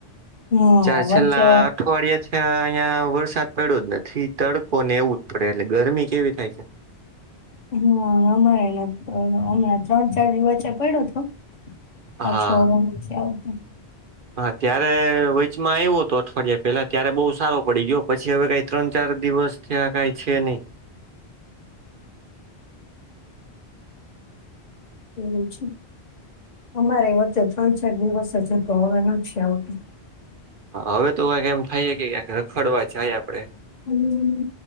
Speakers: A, on the left; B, on the right.
A: હા
B: ચાર છેલ્લા
A: વચ્ચે
B: અઠવાડિયાથી અ અહિયાં વરસાદ પડ્યો જ નથી તડકો ને એવું જ પડે એટલે ગરમી કેવી થાય છે.
A: હમ અમારે નથ પયડો હમણાં ત્રણ ચાર દિ વચ્ચે પડ્યું તો
B: હા
A: પાછોડવા છે આવું તો
B: હા ત્યારે વેચમાં આવ્યો હતો અઠવાડિયા પેલા ત્યારે બહુ સારો પડી ગયો પછી હવે કઈ ત્રણ ચાર દિવસ ત્યાં કઈ છે નહી.
A: એવું છે અમારે વચચે ત્રણ ચાર દિવસ હ જ તો હવે ના છે આવતું.
B: હવે તો કક એમ થાય કે ક્યા રખડવા જાય આપડે.
A: હમ